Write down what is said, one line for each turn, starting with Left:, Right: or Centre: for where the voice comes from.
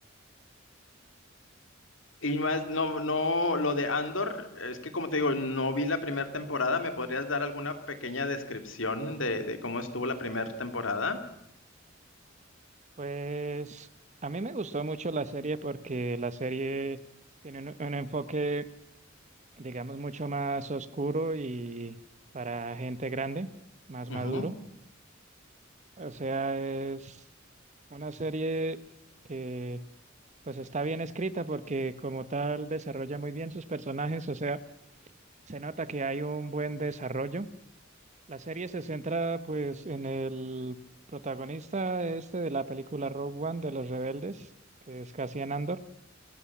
Left: Y más, no, no, lo de Andor, es que como te digo, no vi la primera temporada. ¿Me podrías dar alguna pequeña descripción de, de cómo estuvo la primera temporada?
Right: Pues a mí me gustó mucho la serie porque la serie tiene un un enfoque, digamos, mucho más oscuro y para gente grande, más
Left: Ujú.
Right: maduro. O sea, es una serie que pues está bien escrita porque como tal desarrolla muy bien sus personajes, o sea, se nota que hay un buen desarrollo. La serie se centra pues en el protagonista este de la película Rogue One de los rebeldes, que es Cassian Andor,